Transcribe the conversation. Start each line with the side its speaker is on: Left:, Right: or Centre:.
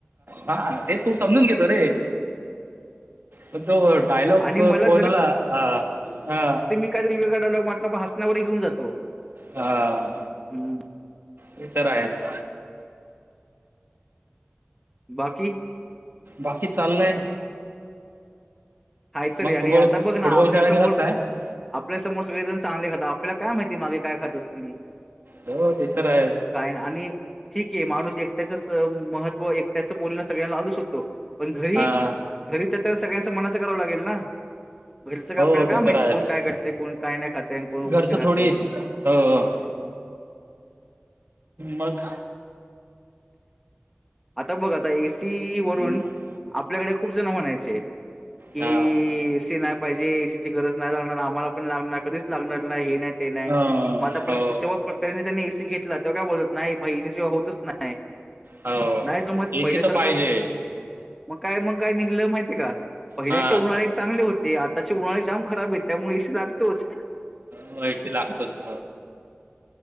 Right: हा ते तू समजून घेतो रे. म तु डयलॉग
Centre: आणि मला
Right: कोनला ह ह.
Centre: काहीत वेगळा डायलगात हसनावर घेऊन जातो.
Right: हा
Centre: हम्म
Right: हे तर आहेच
Centre: बाकी
Right: बाकी चाललंय.
Centre: खायचं
Right: मग
Centre: रे आणि
Right: फुटबॉल
Centre: आता बघ ना
Right: फुटबॉल
Centre: आपल्यासमोर.
Right: खेळायला गेलाच नाही
Centre: आपल्यासमोर सगळे जण चांगले खातात आपल्याला काय माहिती मागे काय खात असतील.
Right: हो तेथर आहे
Centre: काय आणि ठीक आहे माणूस एकट्याचं महत्त्व एकट्याचं बोलणं सगळ्यांना लालूचकतो. पण घरी
Right: हा
Centre: घरी तर तर सगळ्यांच मनाचं करावं लागेल ना. घरचं का
Right: हो
Centre: आपल्याला
Right: ते
Centre: काय माहिती
Right: तर आहेच
Centre: कोण काय करते कोण काय नाही खाते कोण उपस्थित
Right: घरचं
Centre: राहते.
Right: थोडी हो मग
Centre: आता बघ आता एसी वरून
Right: हम्म,
Centre: आपल्याकडे खूप जण म्हणायचे की
Right: हा
Centre: शना पाहिजे एसीची गरज नाही लागणार आम्हाला पण लागणार कधीच लागणार नाही हे नाही ते नाही
Right: अं,
Centre: मग आता प्रत
Right: हो
Centre: जेव्हा प्रत्येनी त्यांनी एसी घेतला तेव्हा काय बोलत नाहीई एसी होतच नाही नाही
Right: हो
Centre: नाही जो मग
Right: एसी
Centre: पहिल्यासारखं
Right: तर पाहिजे
Centre: मग काय मग काय निघलं माहितीय का पहिल्याचे
Right: हा
Centre: उन्हाळळे चांगले होते ते आताचे उन्हाळे जाम खराब आहे त्यामुळे एी लागतोच
Right: हो याशी लागतोच